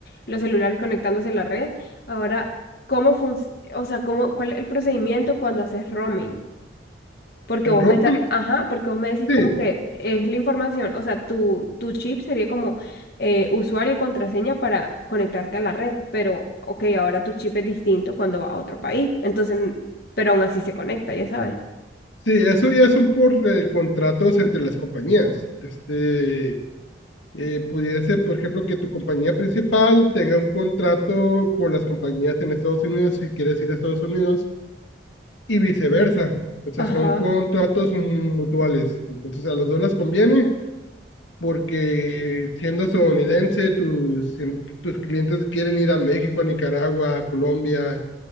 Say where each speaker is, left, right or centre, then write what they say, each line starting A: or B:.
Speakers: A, on the left (about 50°); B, on the left (about 80°).
A: los celulares conectándose a la red. Ahora, ¿cómo funciona, o sea, cómo, cuál es el procedimiento cuando haces roaming? Porque
B: El
A: vos
B: roaming,
A: me estás, ajá, porque vos me decís
B: sí.
A: como que es la información, o sea, tu, tu chip sería como eh, usuario y contraseña para conectarte a la red, pero, ok, ahora tu chip es distinto cuando va a otro país, entonces, pero aún así se conecta, ya sabes.
B: Sí, eso ya son por eh, contratos entre las compañías. Este, eh, pudiera ser, por ejemplo, que tu compañía principal tenga un contrato con las compañías en Estados Unidos si quieres ir a Estados Unidos y viceversa. O sea,
A: Ajá,
B: son contratos mutuales. Entonces, a los dos les conviene porque siendo estadounidense, tus, tus clientes quieren ir a México, a Nicaragua, a Colombia.